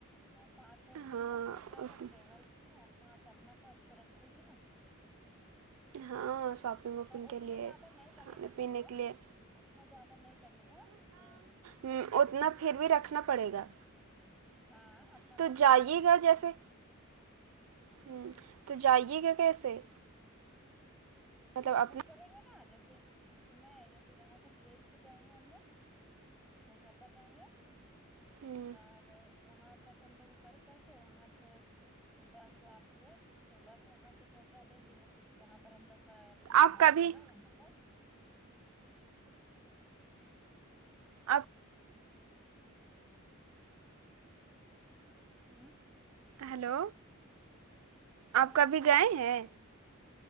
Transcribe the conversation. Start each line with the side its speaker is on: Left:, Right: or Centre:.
Centre: پانچ چھ سو
Right: ہاں
Centre: ادھر خرچا ہوگا
Right: ات-
Centre: ٹریولس میں پانچ اپنا پاس تو رکھے گی نا
Right: ہاں شاپنگ وپنگ
Centre: اتنا
Right: کے لیے
Centre: زیادہ نہیں لگے
Right: کھانے
Centre: گا
Right: پینے
Centre: پیسہ
Right: کے لیے
Centre: اتنا زیادہ نہیں لگے گا جس سے
Right: ہ اتنا پھر بھی رکھنا پڑے گا
Centre: ہاں اپنا
Right: تو
Centre: پاس
Right: جائیے
Centre: اتنا رکھے
Right: گا جیسے
Centre: گی
Right: ہوں تو جائیے گا کیسے مطلب اپنا
Centre: بک کریں گے نا جیسے میں جیسے یہاں سے ٹرین سے جائیں گے ہم لوگ کولکتہ جائیں گے اس
Right: ہم،
Centre: کے بعد وہاں پر ہم لوگ اتر کر کے وہاں سے بس آتی ہے تو بس وہاں سے پہنچا دے گی ہ جہاں پر ہم لوگ کر جانا
Right: آپ کبھی
Centre: رہے گا وہاں پر
Right: آپ
Centre: ہوں
Right: ہلو
Centre: ہاں
Right: آپ کبھی
Centre: بولو
Right: گئے ہیں